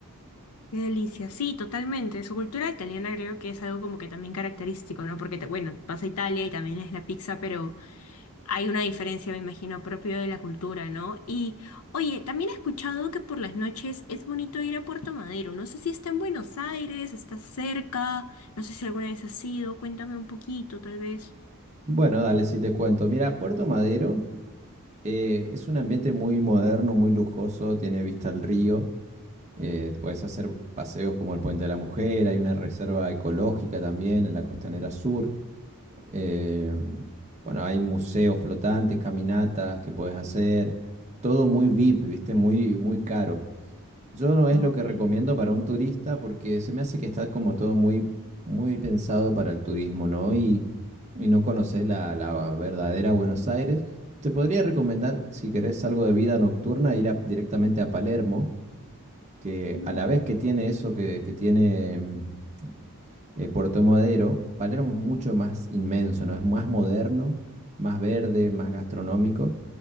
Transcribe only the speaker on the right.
Bueno, dale, si te cuento. Mira, Puerto Madero eh, es un ambiente muy moderno, muy lujoso, tiene vista al río. Eh, puedes hacer paseos como el Puente de la Mujer, hay una reserva ecológica también en la Costanera Sur. Eh, bueno, hay museos flotantes, caminatas que puedes hacer. Todo muy VIP, ¿viste? Muy, muy caro. Yo no es
lo que recomiendo para un turista porque se me hace que está como todo muy, muy pensado para el turismo, ¿no? Y, y no conocer la, la verdadera Buenos Aires. Te podría recomendar, si querés algo de vida nocturna, ir a- directamente a Palermo que
a la vez que tiene eso que, que tiene mm, eh, Puerto Madero, Palermo es mucho más inmenso, ¿no? Es más moderno, más verde, más gastronómico.